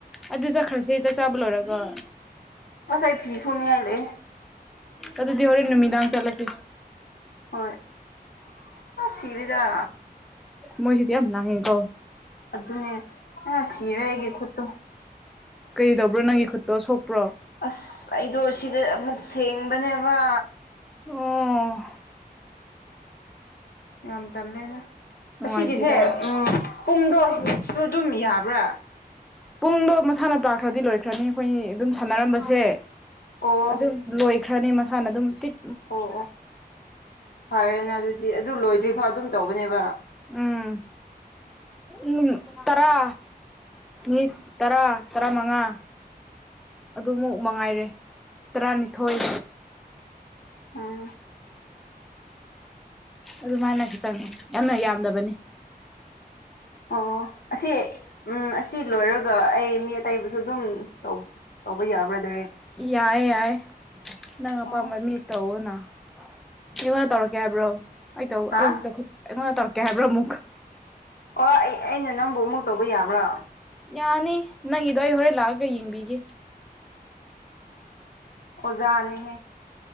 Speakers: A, in the centre; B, on the left.
A: ꯑꯗꯨ ꯆꯠꯈ꯭ꯔꯁꯦ ꯆꯥꯛ ꯆꯥꯕ ꯂꯣꯏꯔꯒ ꯑ
B: ꯑꯁ ꯑꯩ ꯐꯤ ꯁꯨꯅꯤꯡꯉꯥꯏ ꯂꯩ
A: ꯑꯗꯨꯗꯤ ꯍꯣꯔꯦꯟ ꯅꯨꯃꯤꯗꯥ ꯆꯂꯁꯤ
B: ꯍꯣꯏ ꯁꯤꯔꯤꯗ
A: ꯃꯣꯏꯁꯨꯗꯤ ꯌꯥꯝ ꯂꯉꯦ ꯀꯣ
B: ꯑꯗꯨꯅꯦ ꯅ ꯁꯤꯔ ꯑꯩꯒꯦ ꯈꯨꯠꯇꯣ
A: ꯀꯩ ꯇꯧꯕ꯭ꯔꯣ ꯅꯪꯒꯤ ꯈꯨꯠꯇꯣ ꯁꯣꯛꯄ꯭ꯔꯣ
B: ꯑꯁ ꯑꯩꯗꯣ ꯁꯤꯗ ꯑꯃꯨꯛ ꯁꯦꯡꯕꯅꯦꯕ
A: ꯑꯣ
B: ꯌꯥꯝ ꯇꯜꯂꯦꯗ
A: ꯅꯨꯡꯉꯥꯏꯇꯦꯗ
B: ꯑꯁꯤꯒꯤꯁꯦ ꯎꯝ ꯄꯨꯡꯗꯣꯃꯤꯠꯁꯨ ꯑꯗꯨꯝ ꯌꯥꯕ꯭ꯔꯥ
A: ꯄꯨꯡꯗꯣ ꯃꯁꯥꯅ ꯇꯥꯈ꯭ꯔꯗꯤ ꯂꯣꯏꯈ꯭ꯔꯅꯤ ꯑꯩꯈꯣꯏꯅꯤ ꯑꯗꯨꯝ ꯁꯥꯟꯅꯔꯝꯕꯁꯦ
B: ꯑꯣ
A: ꯑꯗꯨꯝ ꯂꯣꯏꯈ꯭ꯔꯅꯤ ꯃꯁꯥꯅ ꯑꯗꯨꯝ ꯇꯤꯛ
B: ꯑꯣ ꯑꯣ ꯐꯔꯦꯅꯦ ꯑꯗꯨꯗꯤ ꯑꯗꯨ ꯂꯣꯏꯗ꯭ꯔꯤꯐꯥꯎ ꯑꯗꯨꯝ ꯇꯧꯕꯅꯦꯕ
A: ꯎꯝ ꯎꯝ ꯇꯔꯥ ꯃꯤ ꯇꯔꯥ ꯇꯔꯥꯃꯉꯥ ꯑꯗꯨꯃꯨꯛ ꯃꯉꯥꯏꯔꯦ ꯇꯔꯥꯅꯤꯊꯣꯏ
B: ꯑꯥ
A: ꯑꯗꯨꯃꯥꯏꯅ ꯈꯤꯇꯪꯅꯤ ꯌꯥꯝꯅ ꯌꯥꯝꯗꯕꯅꯤ
B: ꯑꯣ ꯑꯁꯤ ꯎꯝ ꯑꯁꯤ ꯂꯣꯏꯔꯒ ꯑꯩ ꯃꯤ ꯑꯇꯩꯕꯨꯁꯨ ꯑꯗꯨꯝ ꯇꯧꯕ ꯇꯧꯕ ꯌꯥꯕ꯭ꯔꯥꯗꯔ
A: ꯌꯥꯏ ꯌꯥꯏ ꯅꯪ ꯑꯄꯥꯝꯕ
B: ꯑꯣ
A: ꯃꯤ ꯇꯑꯣꯅ ꯑꯩꯉꯣꯟꯗ ꯇꯧꯔꯛꯀꯦ ꯍꯥꯏꯕ꯭ꯔꯣ ꯑꯩ ꯇꯧ
B: ꯍꯥ
A: ꯑꯩ ꯑꯩꯉꯣꯟꯅ ꯇꯧꯔꯀꯦ ꯍꯥꯏꯕ꯭ꯔꯣ ꯑꯃꯨꯛ
B: ꯑꯣ ꯑꯩ ꯑꯩꯅ ꯅꯪꯕꯨ ꯑꯃꯨꯛ ꯇꯧꯕ ꯌꯥꯕ꯭ꯔꯣ
A: ꯌꯥꯅꯤ ꯅꯪ ꯏꯗꯋꯥꯏ ꯍꯣꯔꯦꯟ ꯂꯥꯛꯑꯒ ꯌꯦꯡꯕꯤꯒꯦ
B: ꯑꯣꯖꯥꯅꯤ ꯍꯦ